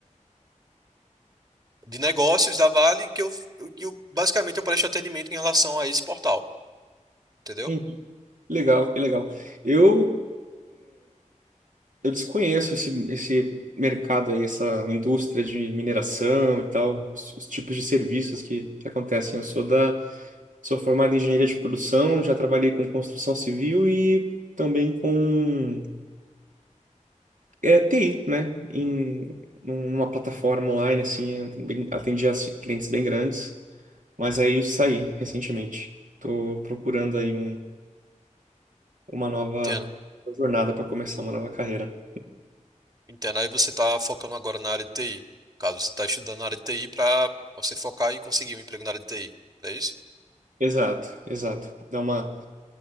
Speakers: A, on the right; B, on the right.
A: de negócios da Vale que eu, eu, eu, basicamente eu presto atendimento em relação a esse portal. Entendeu?
B: Entendi. Legal, que legal. Eu. Eu desconheço esse, esse mercado aí, essa indústria de mineração e tal, os, os tipos de serviços que, que acontecem. Eu sou da, sou formado em engenharia de produção, já trabalhei com construção civil e também com é, TI, né? Em numa plataforma online, assim, bem- atendi a ci- clientes bem grandes, mas aí saí recentemente. Tô procurando aí um, uma nova
A: Entendo.
B: jornada para começar uma nova carreira.
A: Entendo. Aí você está focando agora na área de TI. No Caso você está estudando na área de TI para você focar e conseguir um emprego na área de TI. É isso?
B: Exato, exato. Dá uma